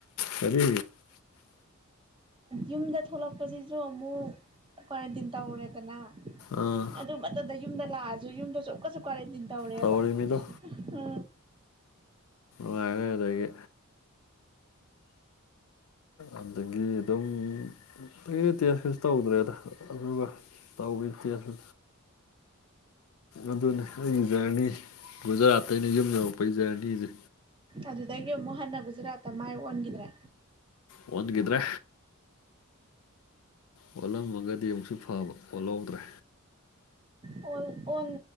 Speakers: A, on the left; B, on the right.
A: ꯀꯔꯤ
B: ꯌꯨꯝꯗ ꯊꯣꯛꯂꯛꯄꯁꯤꯁꯨ ꯑꯃꯨꯛ ꯀ꯭ꯋꯥꯔꯦꯟꯇꯤꯟ ꯇꯧꯔꯦꯗꯅ
A: ꯑꯥ
B: ꯑꯗꯨ ꯃꯊꯗ ꯌꯨꯝꯗ ꯂꯥꯛꯑꯁꯨ ꯌꯨꯝꯗꯁꯨ ꯑꯃꯛꯀꯁꯨ ꯀ꯭ꯋꯥꯔꯦꯟꯇꯤꯟ ꯇꯧꯔꯦꯕ
A: ꯇꯧꯔꯤꯃꯤꯗꯣ
B: ꯑ
A: ꯃ ꯑꯗꯨꯗꯒꯤ ꯑꯗꯒꯤ ꯑꯗꯨꯝ ꯐꯗꯤ ꯇꯦꯁ ꯀꯦꯁ ꯇꯧꯗ꯭ꯔꯦꯗ ꯑꯗꯨꯒ ꯇꯥꯎ ꯏꯇ ꯑꯁ ꯑꯗꯨꯅꯤ ꯑꯩꯒꯤ ꯖꯔꯅꯤ ꯒꯨꯖꯔꯥꯠꯇ ꯑꯩꯅ ꯌꯨꯝ ꯌꯧꯔꯛꯄꯒꯤ ꯖꯔꯅꯤꯁꯦ
B: ꯑꯗꯨꯗꯒꯤ ꯑꯃꯨꯛ ꯍꯟꯅ ꯒꯨꯖꯔꯥꯠꯇ ꯃꯥꯏ ꯑꯣꯟꯈꯤꯗ꯭ꯔꯦ
A: ꯑꯣꯟꯒꯗ꯭ꯔꯦ ꯑꯣꯠꯂꯝꯃꯒꯗꯤ ꯑꯃꯨꯛꯁꯨ ꯐꯕ ꯑꯣꯠꯍꯧꯗ꯭ꯔꯦ
B: ꯑꯣ ꯑꯣꯟ